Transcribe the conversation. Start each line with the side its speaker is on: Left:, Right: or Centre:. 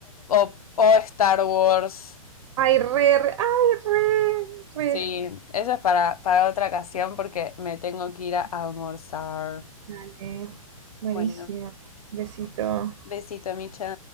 Left: o, o Star Wars.
Right: Ay, re, re, ay, re, re.
Left: Sí, eso es para, para otra ocasión porque me tengo que ir a almorzar.
Right: Dale, buenísimo.
Left: Bueno,
Right: Besito.
Left: besito, Micha.